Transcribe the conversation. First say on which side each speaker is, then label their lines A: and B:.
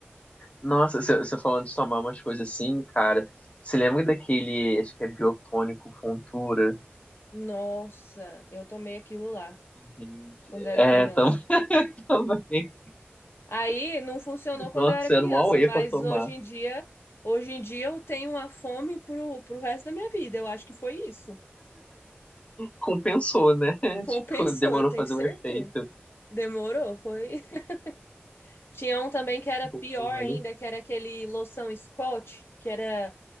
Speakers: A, on the left; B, on the left.
A: Nossa, você você falando de tomar umas coisas assim, cara. Você lembra daquele, acho que é biotônico Fontura?
B: Nossa, eu tomei aquilo lá
A: Gente,
B: quando eu era
A: é,
B: criança.
A: tam- <laughs> também.
B: Aí não funcionou quando
A: Nossa,
B: eu era criança,
A: era um auê
B: mas
A: pra tomar.
B: hoje em dia, hoje em dia eu tenho uma fome pro, pro resto da minha vida. Eu acho que foi isso.
A: Compensou, né? <laughs>
B: Compensou,
A: Tipo, demorou
B: eu tenho
A: fazer
B: certeza.
A: o efeito.
B: Demorou, foi. <laughs> Tinha um também que era
A: Porque,
B: pior
A: olha.
B: ainda, que era aquele loção Scott, que era